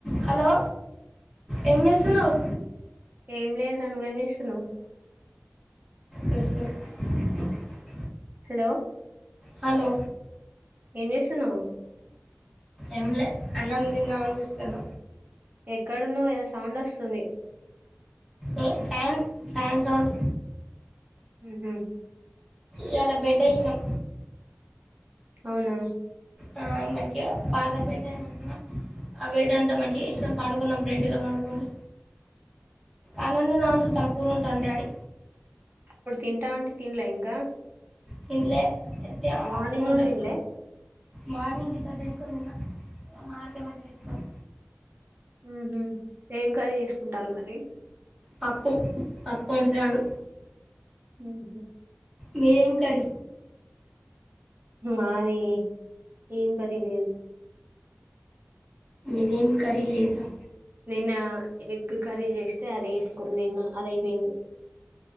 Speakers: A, in the centre; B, on the right.
A: Hello ఏం జేస్తున్నావ్?
B: ఏం లేదురా, నువ్వేం జేస్తున్నవ్?
A: <inaudible>
B: హలో
A: హలో
B: ఏం జేస్తున్నవ్?
A: ఏంలె అన్నం తిందామని చూస్తున్న
B: ఎక్కడున్నావ్? ఏదో సౌండ్ వస్తుంది.
A: ఏ ఫ్యాన్ ఫ్యాన్ సౌండ్
B: ఉమ్ హు
A: ఇయాలా బెడ్ యేసినాం
B: అవునా
A: ఆ, పాత బెడ్డే మంచిగా ఆ బెడంతా మంచిగా చేసినమ్ పండుకున్నాం బెడ్లా పండుకొని అన్నం దిందా అని చూతే తన కూరోంత అన్నాడు డాడి
B: ఇప్పుడు తింటా అంటే తినలే ఇంకా
A: తిన్లేె డాడి
B: మార్నింగ్
A: వండలే
B: నుండి తినలే
A: మార్నింగ్ గిత్తత యేసుకొని తిన్న మామిడికాయ పచ్చడ యేసుకొని
B: ఉమ్ హు ఏం కర్రీ జేసుకుంటారు మరి
A: పప్పు పప్పు వండుతాండు
B: ఉమ్
A: మీదేం కర్రీ
B: మాది ఏం కర్రీ లేదు
A: మీదేం కర్రీ లేదా
B: నిన్న ఎగ్ కర్రీ జేస్తే అది యేసుకుని తిన్న అది అయిపోయింది